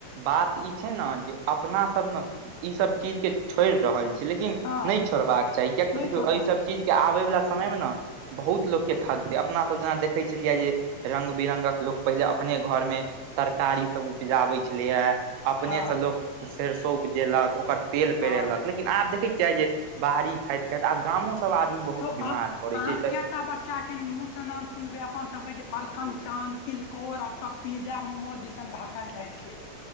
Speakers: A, on the right; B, on the left.
A: बात ई छै ने जे अपना सब न ई सब चीज के छोड़ि रहल छी लेकिन
B: हँ
A: नहि छोड़बाक चाही कियैक
B: नहि
A: तऽ देखियौ
B: छोड़बाक
A: एहिसभ
B: छै
A: चीजके आबै वला समयमे न बहुत लोक के खगतै अपना सब जेना देखै छलियै जे रंग बिरंगक लोक पहिले अप अपने घर मे तरकारी सब उपजाबै छलैए अपने
B: हँ
A: स लोक सरिसो ऊपजेलक ओकर तेल
B: हँ
A: पेरेलक लेकिन आब देखै छियै जे बाहरी खाइत खाइत आब गामो सब आदमी बहुत
B: यौ
A: बीमार
B: अब अहाँ
A: पड़ै छै तऽ
B: कए टा बच्चा के मुंह स नाम सुनबै अपन सबके जे अरकञ्चन, तिलकोर आ सब पिज्जा, मोमो दिसन भागल जाइ छै।